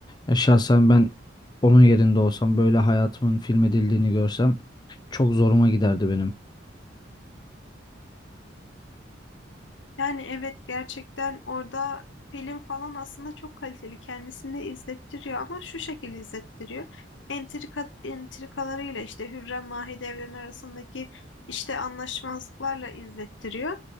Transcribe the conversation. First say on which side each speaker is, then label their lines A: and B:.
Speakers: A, on the left; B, on the left.
A: E, şahsen ben onun yerinde olsam böyle hayatımın filmedildiğini görsem çok zoruma giderdi benim.
B: Yani evet gerçekten orada film falan aslında çok kaliteli. Kendisini izlettiriyor ama şu şekilde izlettiriyor. Entrika, entrikalarıyla işte Hürrem Mahidevran arasındaki işte anlaşmazlıklarla izlettiriyor.